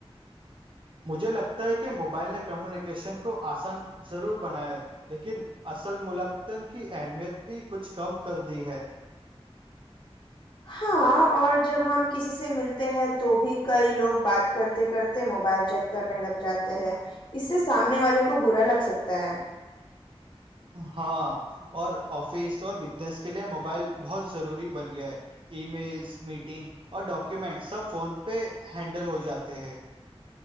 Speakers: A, on the right (about 55°); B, on the left (about 50°).
A: مجھے لگتا ہے کہ موبائل نے کمیونیکیشن کو آسان ضرور بناائے لیکن اصل ملطن کی اہمیت بھی کچھ کم کر دی ہے
B: ہاں اور جب ہم کسی سے ملتے ہیں تو بھی کئی لوگ بات کرتے کرتے موبائل چیک کرنے لگ جاتے ہیں اس سے سامنے والے کو برا لگ سکتا ہے
A: ہاں اور آفس اور بزنس کے لیے موبائل بہت ضروری بن گیا ہے ای میلس میٹنگ اور ڈاکومینٹ سب فون پہ ہینڈل ہو جاتے ہیں